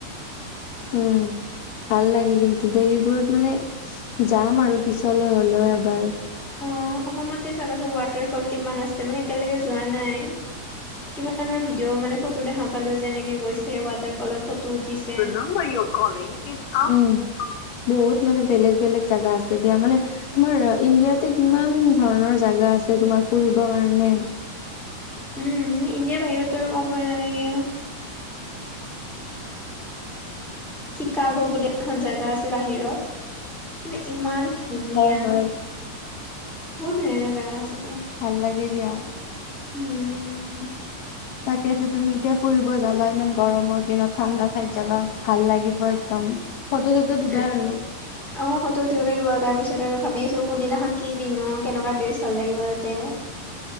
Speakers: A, on the left (about 80°); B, in the centre.
A: উম, ভাল লাগে কিন্তু দেই, সেইবোৰত মানে যাম আৰু পিছলৈ হ'লেও এবাৰ।
B: অ অসমতে চাবাচোন ৱাটাৰ ফল কিমান আছে, মানে এতিয়ালৈকে যোৱা নাই। কিমানৰ ভিডিঅ' মানে ফটো দেখা পালো, যেনেকে গৈছে ৱাটাৰ ফলত। ফটো উঠিছ
A: <inaudible> উম, বহুত
B: সেইটো
A: মানে বেলেগ, বেলেগ জাগা আছে। দিয়া মানে আমাৰ ইণ্ডিয়াতে কিমান ধৰণৰ জোগা আছে তোমাৰ ফুৰিবৰ কাৰণে
B: উম ইণ্ডিয়াৰ বাহিৰতো আৰু ক'বই নালাগে। চিকাগো বুলি এখন জেগা আছে বাহিৰত মানে ইমান ধুনীয়া
A: হয় হয়
B: বহুত ধুনীয়া ধনীয়া জাগা আছে দিয়া।
A: ভাল লাগে দিয়া।
B: উম সেইটো।
A: তাকেতো তুমি এতিয়া ফুৰিব যাবা ইমান গৰমৰ দিনত ঠাণ্ডা ঠাইত যাবা ভাল লাগিব একদম। ফটো চটো দিবা
B: উম
A: আৰু।
B: অ ফটো উঠিব লাগিব। তাৰ পিছত আৰু ভাবি আছো কোনদিনাখন কি পিন্ধো কেনেকুৱা ড্ৰেছ ভাল লাগিব তাতে।